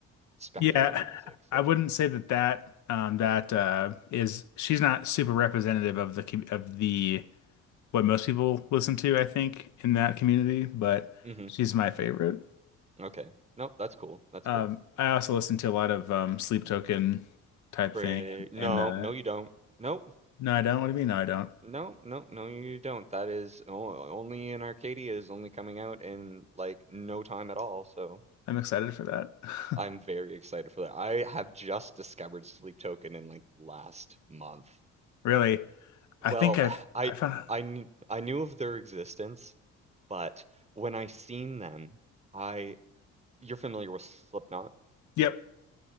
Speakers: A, on the right; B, on the left.
A: spectrum
B: Yeah,
A: of music. So,
B: I wouldn't say that that um that uh is she's not super representative of the com- of the what most people listen to, I think, in that community, but
A: hmm
B: she's my favorite.
A: Okay. Nope, that's cool. That's
B: Um,
A: cool.
B: I also listen to a lot of um, Sleep Token type
A: Fre-
B: thing, and,
A: no,
B: and uh,
A: no, you don't. Nope.
B: no, I don't. What do you mean? No, I don't.
A: No, no, no, you don't. That is o- only in Arcadia is only coming out in like no time at all. So.
B: I'm excited for that. <laughs>
A: I'm very excited for that. I have just discovered Sleep Token in like last month.
B: Really,
A: Well,
B: I think I've
A: I
B: I found.
A: I kn- I knew of their existence, but when I seen them, I you're familiar with Slipknot,
B: Yep.